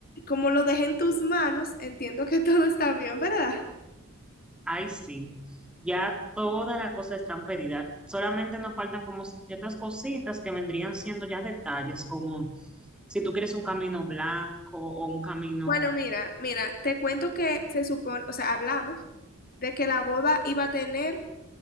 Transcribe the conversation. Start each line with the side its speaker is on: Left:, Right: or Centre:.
Left: como lo dejé en tus manos, entiendo que <laughs> todo está bien, ¿verdad?
Centre: Ay, sí, ya todas las cosas están pedidas. Solamente nos faltan como ciertas cositas que vendrían siendo ya detalles, como si tú quieres un camino blanco o un camino...
Left: Bueno, mira, mira, te cuento que se supone, o sea, hablamos de que la boda iba a tener